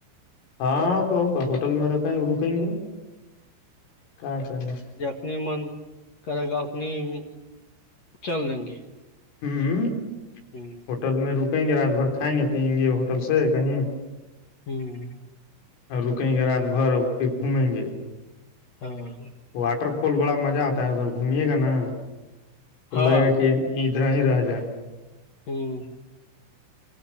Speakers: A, on the left; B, on the left.
A: ہاں سو کا ہوٹل میں رکیں رکیں گے کیا کرنا
B: اپنی من کرے گا اپنی چل لیں گے
A: ہوں
B: ہوں
A: ہوٹل میں رکیں گے رات بھر کھائیں گے پیئیں گے ہوٹل سے کہیں
B: ہوں
A: اور رکیں گے رات بھر اور پھر گھومیں گے
B: ہاں
A: واٹر فال بڑا مزہ آتا ہے ادھر گھمیے گا نا
B: ہاں
A: ل کہ ادھر ہی رہ جائے
B: ہوں